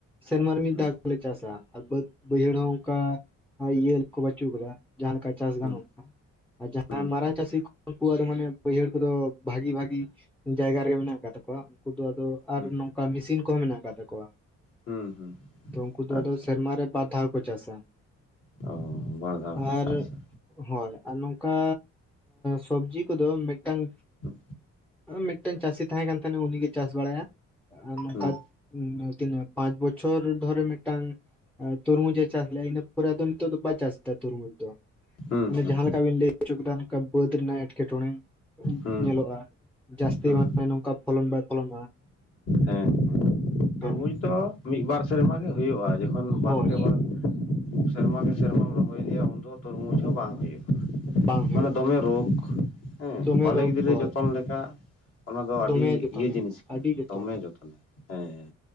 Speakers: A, in the centre; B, on the left (about 50°).
A: ᱥᱮᱨᱢᱟᱟᱨ ᱢᱤᱫ
B: ᱦᱩᱸ
A: ᱫᱷᱟᱣ ᱜᱮᱞᱮ ᱪᱟᱥᱟ ᱟᱨ ᱵᱟᱹᱫ ᱵᱟᱹᱭᱦᱟᱹᱲ ᱦᱚᱸ ᱚᱱᱠᱟ ᱤᱭᱟᱹ ᱠᱚ ᱵᱟᱪᱩᱜ ᱠᱟᱫᱟ ᱡᱟᱦᱟᱸ ᱞᱮᱠᱟ ᱪᱟᱥ
B: ᱦᱩᱸ
A: ᱜᱟᱱᱚᱜᱼᱟ ᱟᱨ ᱡᱟᱦᱟᱸ
B: ᱦᱩᱸ
A: ᱢᱟᱨᱟᱝ ᱪᱟᱹᱥᱤ ᱠᱚ ᱩᱱᱠᱩᱣᱟᱜᱫᱚ ᱢᱟᱱᱮ ᱵᱟᱹᱭᱦᱟᱹᱲ ᱠᱚᱫᱚ ᱵᱷᱟᱜᱤ ᱵᱷᱟᱜᱤ ᱡᱟᱭᱜᱟ ᱨᱮᱜᱮ ᱢᱮᱱᱟᱜ ᱟᱠᱟᱫ ᱛᱟᱠᱚᱣᱟ ᱩᱱᱠᱩ ᱫᱚ ᱟᱫᱚ ᱟᱨ
B: ᱦᱩᱸ
A: ᱱᱚᱝᱠᱟ ᱢᱮᱥᱤᱱ ᱠᱚᱦᱚᱸ ᱢᱮᱱᱟᱜ ᱟᱠᱟᱫ ᱛᱟᱠᱚᱣᱟ
B: ᱦᱩᱸ ᱦᱩᱸ
A: ᱛᱚ ᱩᱱᱠᱩ ᱫᱚ
B: ᱟᱪᱪᱷᱟ
A: ᱟᱫᱚ ᱥᱮᱨᱢᱟᱨ ᱨᱮ ᱵᱟᱨ ᱫᱷᱟᱣ ᱠᱚ ᱪᱟᱥᱟ
B: ᱚ ᱵᱟᱨ ᱫᱷᱟᱣ ᱠᱚ
A: ᱟᱨ
B: ᱪᱟᱥᱟ
A: ᱦᱳᱭ ᱟᱨ ᱱᱚᱝᱠᱟ ᱥᱚᱵᱡᱤ ᱠᱚᱫᱚ ᱢᱤᱫᱴᱟᱝ
B: ᱦᱩᱸ
A: ᱢᱤᱫᱴᱮᱱ ᱪᱟᱹᱥᱤ ᱛᱟᱦᱮᱸᱟᱸ ᱠᱟᱱ ᱛᱟᱦᱮᱱᱟ ᱩᱱᱤᱜᱮ ᱪᱟᱥ ᱵᱟᱲᱟᱭᱟ ᱱᱚᱝᱠᱟ
B: ᱦᱩᱸ
A: ᱛᱱᱟᱜ ᱯᱟᱸᱪ ᱵᱚᱪᱷᱚᱨ ᱫᱷᱚᱨᱮ ᱢᱤᱫᱴᱟᱝ ᱛᱩᱨᱢᱩᱡ ᱡᱮ ᱪᱟᱥ ᱞᱮᱟ ᱤᱱᱟ ᱯᱚᱨᱮ ᱟᱫᱚ ᱱᱤᱛᱚᱜ ᱫᱚ ᱵᱟᱭ ᱪᱟᱥ ᱮᱫᱟ ᱛᱩᱨᱢᱩᱡ ᱫᱚ
B: ᱦᱩᱸ
A: ᱚᱱᱮ ᱡᱟᱦᱟᱸ ᱞᱮᱠᱟ ᱵᱤᱱ ᱞᱟᱹᱭ ᱦᱚᱪᱚ ᱠᱮᱫᱟ ᱱᱚᱝᱠᱟ ᱵᱟᱹᱫ ᱨᱮᱱᱟᱜ ᱮᱴᱠᱮᱴᱚᱬᱮ
B: ᱦᱩᱸ
A: ᱧᱮᱞᱚᱜᱼᱟ ᱡᱟᱹᱥᱛᱤ
B: ᱦᱩᱸ
A: ᱢᱟᱱᱮ ᱱᱚᱝᱠᱟ ᱯᱷᱚᱞᱚᱱ ᱵᱟᱭ ᱯᱷᱚᱞᱚᱱᱚᱜᱼᱟ
B: ᱦᱮᱸ ᱛᱩᱨᱢᱩᱡᱽ
A: ᱦᱮᱸ
B: ᱫᱚ ᱢᱤᱫ ᱵᱟᱨ ᱥᱮᱨᱢᱟ ᱜᱮ ᱦᱩᱭᱩᱜᱼᱟ ᱡᱚᱠᱷᱚᱱ
A: ᱦᱳᱭ
B: ᱵᱟᱨᱠᱮ
A: ᱦᱳᱭ
B: ᱵᱟᱨ ᱥᱮᱨᱢ ᱜᱮ ᱥᱮᱨᱢᱟᱢ ᱨᱚᱦᱚᱭ ᱤᱫᱤᱭᱟ ᱩᱱᱫᱚ ᱛᱚᱨᱢᱩᱡᱽ ᱦᱚᱸ ᱵᱟᱝ ᱦᱳᱭᱼᱟ
A: ᱵᱟᱝ ᱦᱩᱭᱩᱜᱼᱟ
B: ᱢᱟᱱᱮ ᱫᱚᱢᱮ ᱨᱳᱜᱽ ᱦᱮᱸ
A: ᱫᱚᱢᱮ
B: ᱵᱟᱞᱮ
A: ᱨᱳᱜᱽ
B: ᱜᱤᱫᱽᱨᱟᱹ
A: ᱦᱳᱭ
B: ᱡᱚᱛᱚᱱ ᱞᱮᱠᱟ ᱚᱱᱟ ᱫᱚ ᱟᱹᱰᱤ
A: ᱫᱚᱢᱮ ᱡᱚᱛᱚᱱ
B: ᱤᱭᱟᱹ
A: ᱦᱩᱭᱩᱜᱼᱟ
B: ᱡᱤᱱᱤᱥ ᱠᱟᱱᱟ
A: ᱟᱹᱰᱤ ᱡᱚᱛᱚᱱ
B: ᱫᱚᱢᱮ ᱡᱚᱛᱚᱱᱟ ᱦᱮᱸ